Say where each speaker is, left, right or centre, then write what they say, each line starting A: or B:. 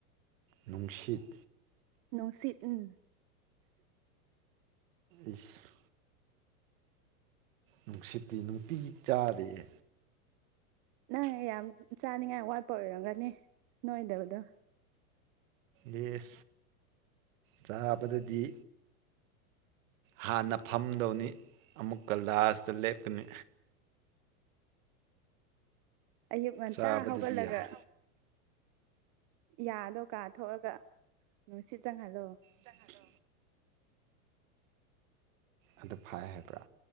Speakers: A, on the right (about 60°); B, on the right (about 40°).
A: ꯅꯨꯡꯁꯤꯠ
B: ꯅꯨꯡꯁꯤꯠ ꯎꯝ
A: ꯑꯁ ꯅꯨꯡꯁꯤꯠꯇꯤ ꯅꯨꯡꯇꯤꯒꯤ ꯆꯥꯔꯤꯌꯦ
B: ꯅꯪ ꯌꯥꯝ ꯆꯥꯅꯤꯡꯉꯥꯏ ꯋꯥꯠꯄ ꯑꯣꯏꯔꯝꯒꯅꯤ ꯅꯣꯏꯗꯕꯗꯣ
A: ꯏꯁ ꯆꯥꯕꯗꯗꯤ ꯍꯥꯟꯅ ꯐꯝꯗꯧꯅꯤ ꯑꯃꯨꯛ ꯀꯂꯥꯁꯇ ꯂꯦꯞꯀꯅꯤ
B: ꯑꯌꯨꯛ ꯉꯟꯇꯥ
A: ꯆꯥꯕꯗꯗꯤ
B: ꯍꯧꯒꯠꯂꯒ
A: ꯌꯥꯔꯦ
B: ꯌꯥꯗꯣ ꯀꯥ ꯊꯣꯛꯑꯒ ꯅꯨꯡꯁꯤꯠ ꯆꯪꯍꯜꯂꯣ
A: ꯆꯍꯂꯣ ꯑꯗꯨ ꯐꯥꯏ ꯍꯥꯏꯕ꯭ꯔꯥ